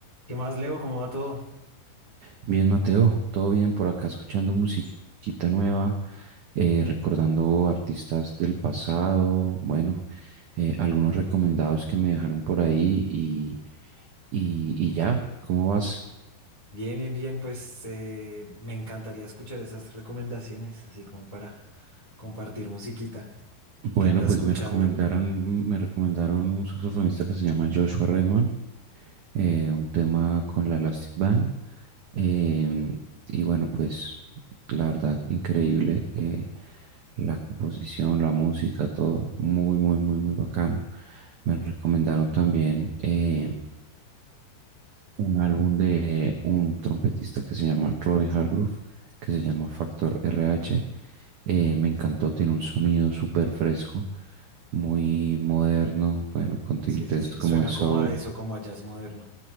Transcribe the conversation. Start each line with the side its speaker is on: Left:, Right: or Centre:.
Left: ¿Qué más, Leo? ¿Cómo va todo?
Right: Bien, Mateo, todo bien por acá, escuchando musiquita nueva, eh, recordando artistas del pasado, bueno, eh, algunos recomendados que me dejaron por ahí y, y, y ya, ¿cómo vas?
Left: Bien, bien, bien. Pues eh, me encantaría escuchar esas recomendaciones, así como para compartir musiquita
Right: Bueno,
Left: que anda
Right: pues
Left: escuchando.
Right: me recomendaron, me recomendaron un saxofonista que se llama Joshua Redman, eh, un tema con la Elastic Band Em, y bueno, pues la verdad, increíble. eh, la composición, la música, todo muy, muy, muy, muy bacano. Me recomendaron también eh, un álbum de un trompetista que se llama Roy Hargrove, que se llama Factor RH. Eh, me encantó, tiene un sonido súper fresco, muy moderno, bueno, con tintes
Left: Sí, sí, sí.
Right: como
Left: Suena
Right: de soul,
Left: como a eso, como a jazz moderno.